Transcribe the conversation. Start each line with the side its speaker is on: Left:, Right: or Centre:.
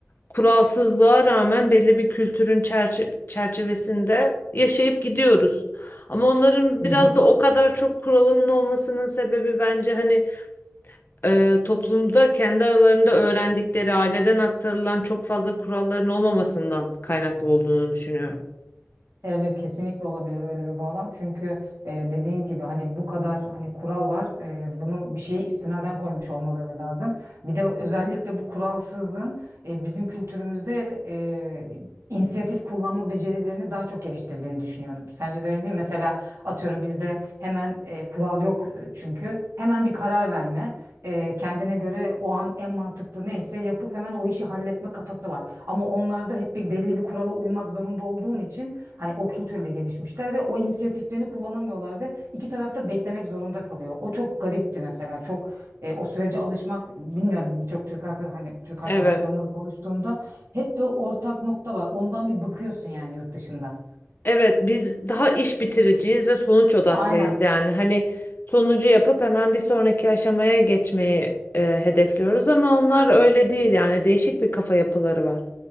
Left: kuralsızlığa rağmen belli bir kültürün çerçe- çerçevesinde yaşayıp gidiyoruz. Ama onların
Right: Hı
Left: biraz
Right: hı.
Left: da o kadar çok kuralının olmasının sebebi bence hani e, toplumda kendi aralarında öğrendikleri aileden aktarılan çok fazla kuralların olmamasından kaynaklı olduğunu düşünüyorum.
Right: Evet kesinlikle olabilir öyle bir bağlam. Çünkü e, dediğin gibi hani bu kadar hani kural var. E, bunu bir şeye istinaden koymuş olmaları lazım. Bir de özellikle bu kuralsızlığın e, bizim kültürümüzde e, inisiyatif kullanma becerilerini daha çok geliştirdiğini düşünüyorum. Sence de öyle değil mi? Mesela atıyorum bizde hemen e, kural yok e, çünkü. Hemen bir karar verme. e, kendine göre o an en mantıklı neyse yapıp hemen o işi halletme kafası var. Ama onlarda hep bir belli bir kurala uymak zorunda olduğun için Hani o kültürle gelişmişler ve o inisiyatiflerini kullanamıyorlar ve iki tarafta beklemek zorunda kalıyor. O çok garipti mesela. Çok e, o sürece alışmak bilmiyorum birçok Türk arka, hani Türk arkadaşlarımla
Left: Evet.
Right: da konuştuğumda hep bir ortak nokta var. Ondan bir bıkıyorsun yani yurt dışında.
Left: Evet, biz daha iş bitiriciyiz ve sonuç odaklıyız
Right: Aynen.
Left: yani. Hani sonucu yapıp hemen bir sonraki aşamaya geçmeyi e, hedefliyoruz ama onlar öyle değil yani değişik bir kafa yapıları var.